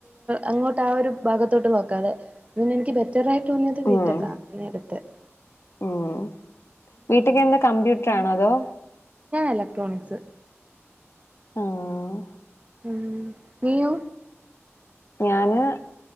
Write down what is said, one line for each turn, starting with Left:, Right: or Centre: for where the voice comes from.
Right: അങ്ങോട്ട് ആ ഒരു ഭാഗത്തോട്ട് നോക്കാതെ പിന്നെ എനിക്ക് ബെറ്ററ ആയിട്ട് തോന്നിയത് വീക്കാ
Left: ഉം ഉം
Right: അങ്ങനെ എടുത്ത് <unintelligible>
Left: ഉം ബീട്ടക്ക് എന്താ കമ്പ്യൂട്ടർാണോ അതോ
Right: എലക്ട്രോണിക്സ്
Left: ആഹ്
Right: ഉ നീയൂ
Left: ഞാന്